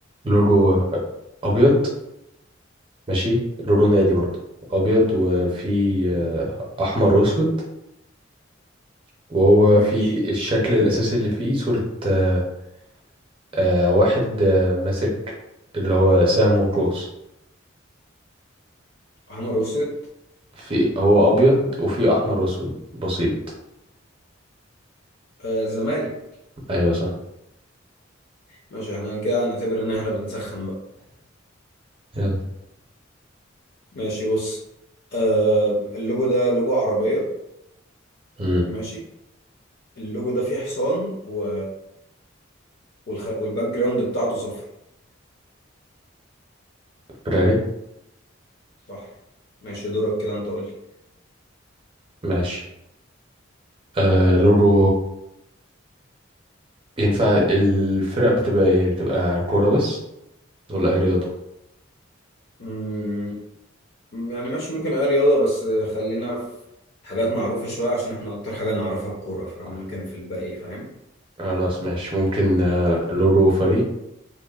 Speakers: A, on the right (about 25°); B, on the left (about 55°).
A: لوجو ابيض ماشي لوجو نادي برضو ابيض وفي آه احمر واسود وهو
B: ماشي
A: في الشكل الاساسي اللي فيه صورة آه آه واحد آه ماسك اللي هو سهم وقوس
B: احمر واسود
A: في هو ابيض وفي احمر واسود بسيط
B: آه زمالك
A: ايوه صح
B: ماشي احنا كده هنعتبر ان احنا بنسخن بقى
A: يلا
B: ماشي بص آه اللوجو ده لوجو عربية
A: امم
B: ماشي اللوجو ده فيه حصان و والخ... والباك جراوند بتاعته صفر
A: فراري
B: صح ماشي دورك كده انت قول لي
A: ماشي آه لوجو ينفع الفرق بتبقى ايه بتبقى كورة بس ولا اي رياضة
B: مم، يعني ماشي ممكن اي رياضة بس خلينا في حاجات معروفة شوية عشان احنا اكتر حاجة نعرفها الكورة فممكن
A: آه،
B: في الباقي فاهم
A: خلاص ماشي ممكن آه، لورو فريق